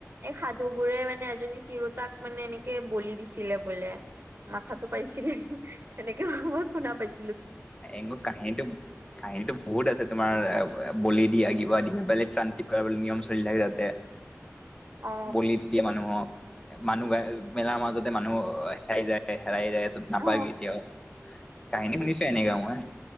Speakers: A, on the right; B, on the left.
A: এই সাধু বোৰে মানে এজনী তিৰোতাক মানে এনেকে বলি দিছে ছিলে বোলে মাথাতো পাইছিলে সেনেকে মই শুনা পাইছ
B: এ কাহিনীটো কাহিনীটো বহুত আছে তোমাৰ বলি দিয়া কিবা দিয়া বেলেগ ক্ৰান্তি ভৰা নিয়ম চলি থাকে তাতে
A: অ
B: বলি দিয়ে মানুহক মানুহ গ মেলাৰ মাজতে মানুহ হেৰাই যায়। হেৰাই যায় ছ নাপাই
A: অ
B: কেতিয়া কাহিনী হুনিছো এনেকে মই